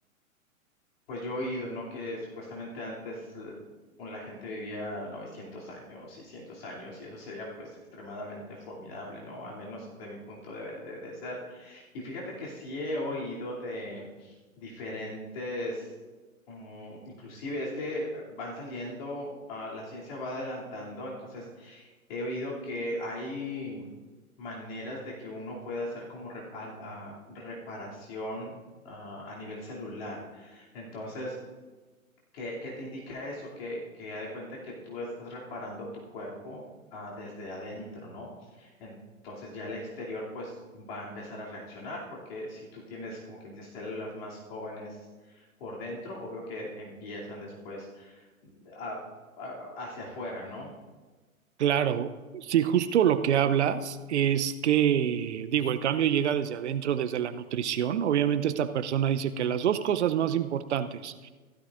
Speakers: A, on the left; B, on the right.
A: pues yo he oído, ¿no? Que supuestamente antes l- un- la gente vivía 900 años, 600 años, y eso sería pues extremadamente formidable, ¿no? Al menos de mi punto de, ve- de, de ser. Y fíjate que sí he oído de diferentes, mm, inclusive es que eh, van saliendo, ah, la ciencia va adelantando, entonces He oído que hay maneras de que uno pueda hacer como rep- al- a- reparación ah, a nivel celular. Entonces, ¿qué, qué te indica eso? Que, que haz de cuenta que tú estás reparando tu cuerpo ah, desde adentro, ¿no? En- Entonces ya el exterior pues va a empezar a reaccionar porque si tú tienes como quien dice células más jóvenes por dentro, obvio que empiezan después mm, a- a- hacia afuera, ¿no?
B: Claro, sí, justo lo que hablas es que, digo, el cambio llega desde adentro, desde la nutrición. Obviamente esta persona dice que las dos cosas más importantes